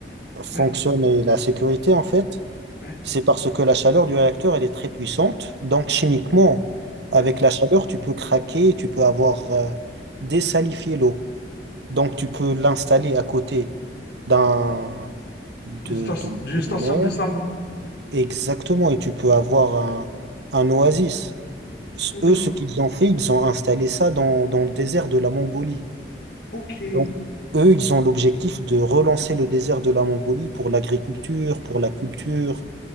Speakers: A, on the right (about 75°); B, on the left (about 75°).
A: fonctionne
B: Ouais,
A: et la sécurité, en fait,
B: ouais,
A: c'est parce que la chaleur du réacteur, elle est très puissante. Donc chimiquement, avec
B: ouais.
A: la chaleur, tu peux craquer, tu peux avoir euh, désalifié l'eau. Donc, tu peux l'installer à côté d'un de,
B: D'une station,
A: de,
B: d'une
A: d'une
B: station
A: mer.
B: de dessalement.
A: Exactement. Et tu peux avoir un, un oasis. S-
B: Oula.
A: Eux, ce qu'ils ont fait, ils ont installé ça dans, dans le désert de la Mongolie.
B: OK.
A: Donc, eux, ils ont l'objectif de relancer le désert de la Mongolie pour l'agriculture, pour la culture.